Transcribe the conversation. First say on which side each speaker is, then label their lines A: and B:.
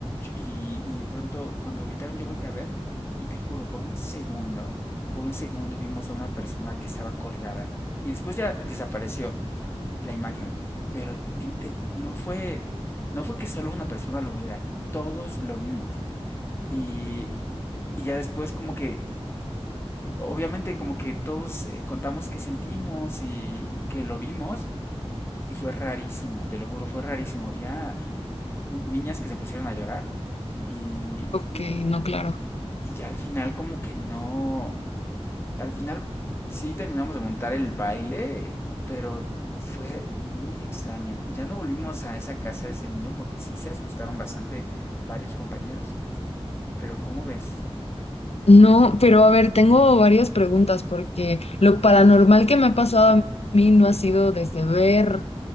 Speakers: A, on the left (about 25°); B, on the left (about 70°).
A: Y, y de pronto, cuando gritaron, yo volteé a ver y te juro, por un segundo, por un segundo vimos a una persona que estaba colgada y después ya desapareció la imagen. Pero em, eh, no fue, no fue que solo una persona lo viera, todos lo vimos. Y, y ya después como que, obviamente como que todos eh, contamos qué sentimos y, y que lo vimos y fue rarísimo, te lo juro, fue rarísimo. Había eh, niñas que se pusieron a llorar y,
B: ok,
A: y,
B: no, claro.
A: y ya al final como que no, al final sí terminamos de montar el baile, pero fue muy extraño. Ya no volvimos a esa casa de ese niño porque sí se asustaron bastante varios compañeros. Pero ¿cómo ves?
B: No, pero a ver, tengo varias preguntas porque lo paranormal que me ha pasado a mí no ha sido desde ver